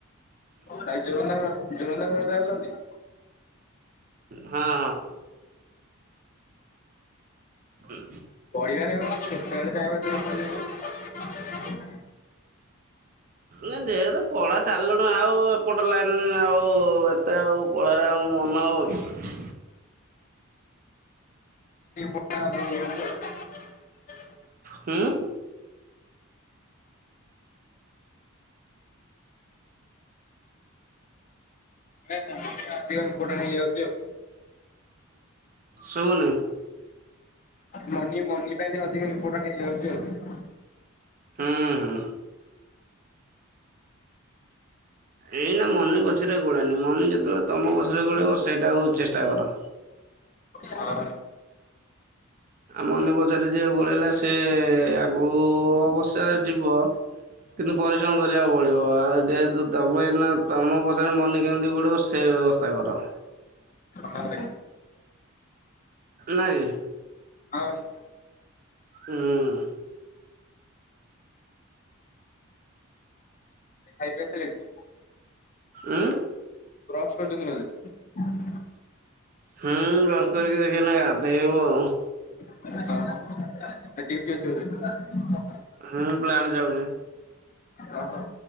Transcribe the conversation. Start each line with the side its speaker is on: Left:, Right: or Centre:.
Left: ଭାଇ ଜୋରନ୍ଦା ମେଳା ଜୋରନ୍ଦା ମେଳାରେ ଆସନ୍ତି?
Right: ହଁ ଉଁ
Left: ପଢିବାରେ କଣ ଅଛି ଯେତେବେଳେ ଚାହିଁବ ସେତେବେଳେ ପଢ଼ିପାରିବ।
Right: ନା ଯେହେତୁ ପଢା ଛାଡିଲୁଣୁ ଆଉ ଏପଟ ଲାଇନ ଆଉ ଏତେ ଆଉ ପଢାରେ ଆଉ ମନ ହେବ କି?
Left: <inaudible>
Right: ହୁଁ?
Left: ନାଇଁ <inaudible> ଅଧିକ ଇମ୍ପୋର୍ଟାଣ୍ଟ ହେଇଯାଉଛି ଆଉ।
Right: ଶୁଭୁନି।
Left: ମନି ମନି ପାଇଁ ଟିକେ ଅଧିକ ଇମ୍ପୋର୍ଟାଣ୍ଟ ହେଇଯାଉଛି ଆଉ।
Right: ହୁଁ ହୁଁ। ଏଇନା ମନି ପଛରେ ଆଉ ଗୋଡ଼ାନି ମନି ଯେତେବେଳେ ତମ ପଛରେ ଗୋଡ଼େଇବ ସେଇଟା ହଉ ଚେଷ୍ଟା କର।
Left: ହଁ।
Right: ମନି ପଛରେ ଯିଏ ଗୋଡେଇଲା ସିଏ-ଏ ଆଗକୁ ଅବଶ୍ୟ ଯିବ। କିନ୍ତୁ ପରିଶ୍ରମ କରିବାକୁ ପଡିବ ଆ ଯେହେତୁ ତମେ ନା ତମ ପଛରେ ମନେ କେମିତି ଗୋଡେଇବ ସେ ବ୍ୟବସ୍ଥା କର।
Left: ହଁ
Right: ନାକି?
Left: ହଁ ଭାଇ।
Right: ଉଁ-ଉଁ
Left: ଖାଇ <inaudible> ସରିଲାଣି?
Right: ଉଁ।
Left: ବ୍ରଶ୍ କରିଛନ୍ତି ବୋଧେ।
Right: ହୁଁ ବ୍ରଶ କରିକି ଦେଖିଆ ଏଇନା ଗାଧେଇବୁ ଆଉ।
Left: ହଁ ଆ ଡ୍ୟୁଟି ଅଛି ବୋଧେ?
Right: ହଁ ପ୍ଲାଣ୍ଟ ଯାଉଚି।
Left: ଓ ହୋ।